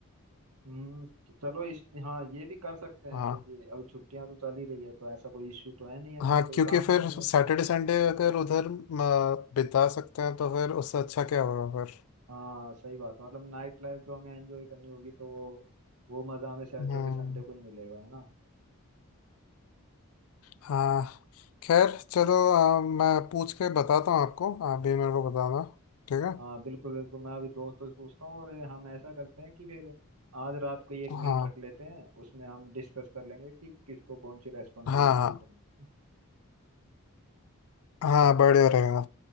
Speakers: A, on the right (about 80°); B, on the left (about 75°).
A: हम्म तो चलो इस हाँ ये भी कर सकते हैं
B: हाँ
A: क्योंकि अब छुट्टियां तो चल ही रही है तो ऐसा कोई इश्यू तो है नहीं हमें
B: हाँ
A: कोई
B: क्योंकि
A: काम
B: फिर
A: भी नहीं है ऐसा
B: सैटरडे संडे अगर उधर म, बिता सकते हैं तो फिर उससे अच्छा क्या होगा फिर
A: हाँ सही बात है मतलब नाइट लाइफ जो हमें एंजॉय करनी होगी तो वो वो मज़ा हमें सैटरडे
B: हम्म
A: संडे को ही मिलेगा है ना
B: हाँ खैर चलो आ, मैं पूछ के बताता हूँ आपको आप भी मेरे को बताना ठीक है
A: हाँ बिल्कुल बिल्कुल मैं अभी दोस्तों से पूछता हूँ और हम ऐसा करते हैं कि फिर आज रात को ही एक
B: हाँ
A: मीट रख लेते हैं उसमें हम डिस्कस कर लेंगे कि किसको कौन सी रेस्पॉन्सिबिलिटीज
B: हाँ हाँ
A: करनी है।
B: हाँ बढ़िया रहेगा